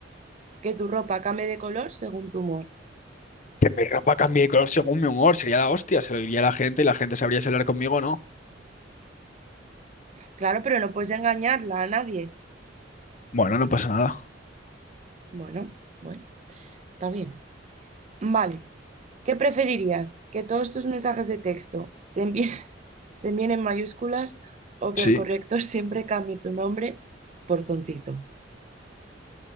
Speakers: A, on the right; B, on the left.
A: ¿Que tu ropa cambie de color según tu humor?
B: Que mi ropa cambie de color según mi humor, sería la hostia, se lo diría a la gente y la gente sabría si hablar conmigo o no.
A: Claro, pero no puedes engañarla a nadie.
B: Bueno, no pasa nada.
A: Bueno, bueno, está bien. Vale, ¿Qué preferirías? ¿Que todos tus mensajes de texto se envíen, <laughs> se envíen en mayúsculas o que
B: Sí,
A: el corrector <laughs> siempre cambie tu nombre por tontito?